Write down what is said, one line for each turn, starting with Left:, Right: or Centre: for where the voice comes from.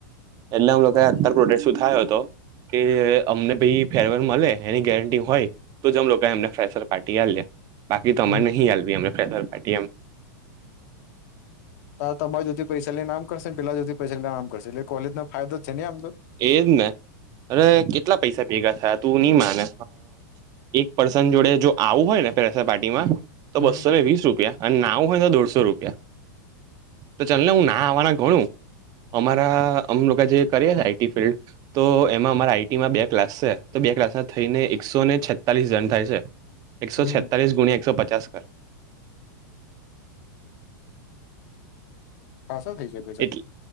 Right: એટલે અમ લોકાએ
Left: બરાબર
Right: અતાર પ્રોડેક શું થાયો તો. કે અમને ભઈ ફેરવેલ મળે એની ગેરંટી હોય તો જ અમ લોક તો અમને ફ્રેસર પાર્ટી આલીએ બાકી તો અમારે
Left: હમ
Right: નહીં આલવી અમે ફ્રેશર પાર્ટી એમ.
Left: તા તમારા જોતી પૈસા લને નામ કરશે ને પેલા જોતી પૈસાને આમ કરશે એટલે કોલેજનો ફાયદો જ છે ને આમ તો.
Right: એજ ને અરે કેટલા પૈસા ભેગા થયા. તું ની માને એક પર્સન જોડે જો આવું હોય ને પ્રેસર પાર્ટીમાં તો
Left: હમ
Right: બસ્સો ને વીસ રૂપિયા અને ના આવું હોય ને તો દોઢસો રૂપિયા. તો ચલને હું ના આવવાના ઘણું અમારા અમ લોકો જે કરી હે <inaudible> તો એમાં અમારા આઈટીમાં બે ક્લાસ છે, તો બે ક્લાસમાં થઈને એકસો ને છેતાલીસ જન થાય છે. એકસો
Left: હમ
Right: છેતાલીસ ગુણ્યા એકસો પચાસ કર.
Left: ખાસા થઈ જાય.
Right: એટલે